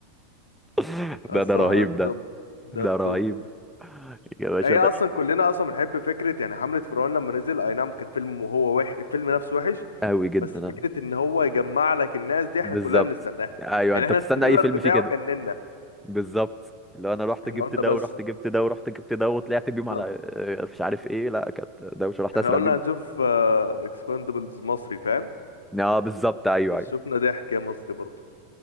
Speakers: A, in the centre; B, on the left (about 70°).
A: <laughs>
B: الصراحة
A: ده ده رهيب
B: ده التوب
A: ده
B: ده
A: ده
B: التوب
A: رهيب
B: ده
A: يا باشا
B: هي
A: ده
B: اصلا كلنا اصلا بنحب فكرة يعني حملة فرعون لما نزل اي نعم كان فيلم وهو وح... الفيلم نفسه وحش
A: قوي جدا
B: بس فكرة
A: آه.
B: ان هو يجمع لك الناس دي احنا
A: بالظبط
B: كلنا بنستناها
A: ايوه
B: يعني
A: انت
B: احنا
A: بتستنى
B: التريلر
A: اي فيلم
B: بتاعه
A: فيه كده
B: جننا
A: بالظبط اللي هو انا رحت
B: احنا
A: جبت
B: قلنا
A: ده
B: بس
A: ورحت جبت ده ورحت جبت ده وطلعت
B: بالظبط
A: بيهم على آه، مش عارف ايه لا كانت دوشه رحت
B: احنا
A: اسرع
B: قلنا
A: بيهم
B: هنشوف اكسباندبلز مصري فاهم
A: اه بالظبط ايوه
B: بس
A: ايوه
B: شفنا ضحك يا مصري برضه